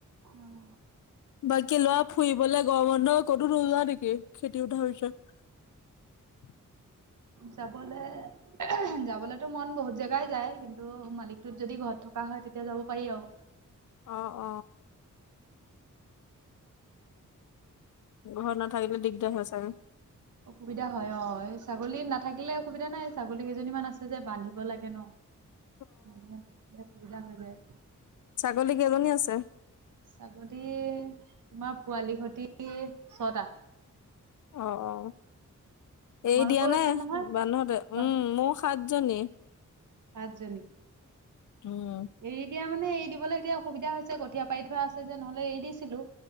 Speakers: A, on the right; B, on the left.
A: অ
B: বাকী লৰা ফুৰিবলে গৰ বন্ধ ক'তো নোযোৱা নেকি? খেতি উঠা পিছত। <inaudible>
A: যাবলে যাবলেতো মন বহুত জেগাই যায় কিন্তু মালিকটোত যদি ঘৰত থকা হয় তেতিয়া যাব পাৰি আও।
B: অ অ ঘৰত নাথাকিলে দিগদাৰ হয় চাগে।
A: অসুবিধা হয় অ ছাগলী নাথাকিলে অসুবিধা নাই, ছাগলী কেইজনী মান আছে যে বান্ধিব লাগে ন।
B: <inaudible>
A: মানুহ থে সুবিধা হৈ যায়।
B: ছাগলী কেইজনী আছে?
A: ছাগলী তোমাৰ পোৱালি হতি ছটা।
B: অ অ
A: তোমালোকৰও
B: এৰি দিয়া নে
A: আছে নহয়
B: বান্ধ তই
A: তোমাৰ
B: উম মোক, সাতজনী,
A: আাতজনী,
B: উম
A: এৰি দিয়া মানে এৰি দিবলৈ এতিয়া অসুবিধা হৈছে কঠীয়া পাৰি থোৱা আছে যে নহলে এৰি দিছিলো।